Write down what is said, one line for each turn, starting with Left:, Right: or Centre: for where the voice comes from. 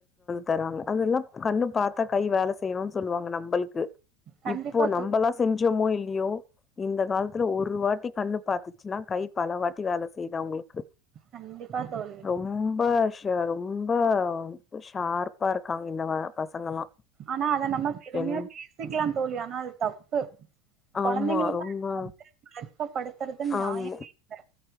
Left: தறாங்க அதல்லா கண்ணு பாத்தா கை வேல செய்யணுன்னு சொல்லுவாங்க நம்பளுக்கு
Right: கண்டிப்பா
Left: இப்போ
Right: தோழி
Left: நம்பல்லா செஞ்சோமோ இல் லயோ இந்த காலத்துல ஒரு வாட்டி கண்ணு பாத்துச்சுன்னா கை பல வாட்டி வேல செய்யுது து அவுங்களுக்கு
Right: கண்டிப்பா தோழி
Left: ரொம்ப ஷ ரொம்ப ஷார்பா இருக்காங்க இந்த வ பசங்கல்லா
Right: ஆனா அத நம்ம பெருமையா
Left: என்
Right: பேசிக்கலா தோழி ஆனா அது தப்பு
Left: ஆம்மா
Right: கொழந்தைங்களுக்கு
Left: ரொம்ப
Right: அத வந்து பழக்கப்படுத்துறது நியாயமே
Left: ஆம்
Right: இல்ல